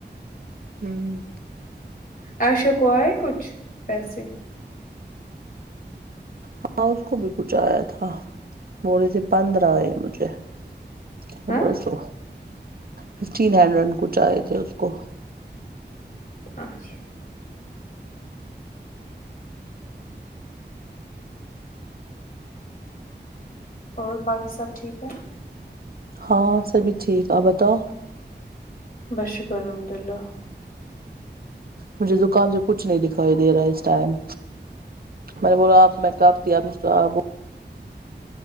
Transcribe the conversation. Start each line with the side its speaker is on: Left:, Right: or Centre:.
Right: ہوں
Left: ایشا کو آئے کچھ پیسے جی
Right: ہاں اس کو بھی کچھ آیا تھا بول رہے پندرہ آئے مجھے پندرہ
Left: ہاں
Right: سو ففٹین ہینڈریڈ کچھ آئے تھے اس کو
Left: اچھا اور باجی سب ٹھیک ہے
Right: ہاں سبھی ٹھیک آپ بتاؤ
Left: بس شکر ہے الحمدللہ
Right: مجھے زکام سے کچھ نہیں دکھائی دے رہا اس ٹائم میں نے بولا آپ میں <unintelligible>